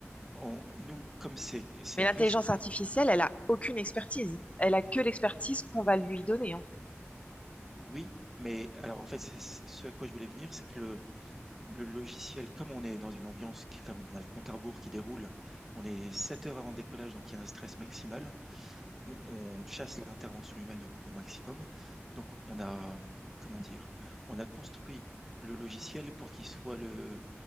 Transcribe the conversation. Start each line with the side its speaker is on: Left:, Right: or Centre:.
Centre: on- nous, comme c'est, c'est
Left: Mais
Centre: à
Left: l'intelligence
Centre: risque,
Left: artificielle, elle a aucune expertise. Elle a que l'expertise qu'on va lui donner, en fait.
Centre: oui, mais alors en fait, c'est, c'est- ce à quoi je voulais venir, c'est que le, le logiciel, comme on est dans une ambiance, qui- comme on a le compte à rebours qui déroule, on est 7 heures avant le décollage, donc il y a un stress maximal. On, on chasse l'intervention humaine au, au maximum. Donc on a, euh, comment dire, on a construit le logiciel pour qu'il soit le,